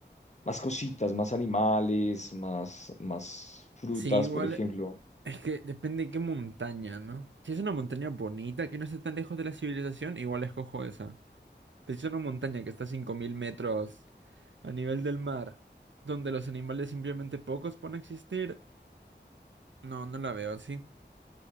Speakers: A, on the left (about 40°); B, on the right (about 85°).
A: más cositas, más animales, más, más frutas,
B: Sí, igual
A: por ejemplo.
B: es que depende de qué montaña, ¿no? Si es una montaña bonita que no esté tan lejos de la civilización, igual escojo esa. Pero si es una montaña que está a 5000 metros a nivel del mar, donde los animales simplemente pocos pueden existir. No, no la veo así.